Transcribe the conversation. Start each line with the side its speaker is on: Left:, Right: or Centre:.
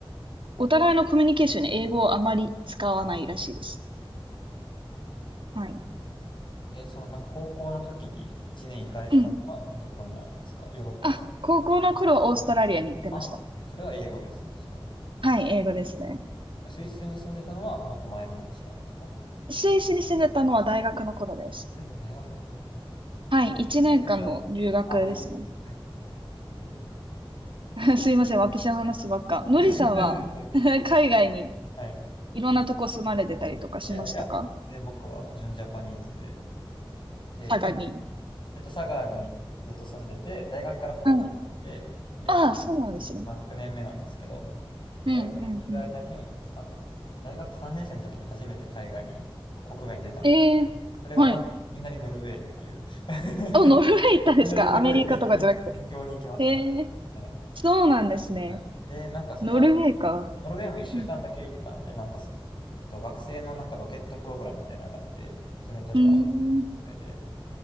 Left: え
Right: お互いのコミュニケーションに英語をあまり使わないらしいです。はい。
Left: え、その、なんか高校の時に1年行かれてたのはどこになるんですかヨーロッパです
Right: うん。あ、高校の頃はオーストラリアに行ってました。
Left: ああ、それそれは英語ですね、した
Right: はい、英語ですね。
Left: ら。スイスに住んでたのはもっと前の話なんですかん
Right: スイスに住んでたのは大学の頃です。
Left: 大学の頃。ん
Right: はい、
Left: え大学だ
Right: 1年間の留学ですね。
Left: あ、留学はいえー
Right: <laughs> すいません、私の話ばっか。のりさんは
Left: <laughs>
Right: <laughs> 海外に
Left: はい。
Right: いろんなとこ住まれてたりとかしましたか
Left: いやいや、全然僕は純ジャパニーズで、で、
Right: 佐賀に。
Left: 今、えっと、佐賀にずっと住んでて、大学から福岡に行って、
Right: はい。ああ、
Left: で、
Right: そうなんですね。
Left: まあ、6年目なんですけど、
Right: うん、
Left: 大学にいる間に、
Right: うん、うん。
Left: いつかな、大学3年生の時に初めて海外に、国外に出たんです。
Right: ええはい。
Left: それがなん、いきなりノルウェーっていう <laughs>
Right: あ、ノルウェー行ったんですかアメリカとかじゃなくて。
Left: いきなりすごい辺辺辺境に行きましたね。
Right: ええ
Left: はい。
Right: そうなんですね。
Left: はいで、なんかその後、
Right: ノルウェーか。
Left: ノルウェーも1週間だけ行ったんで、
Right: うん、
Left: なんかす、えっと、学生のなんかロケットプログラムみたいなのがあって、それにちょっと後
Right: うーん、
Left: 悔で、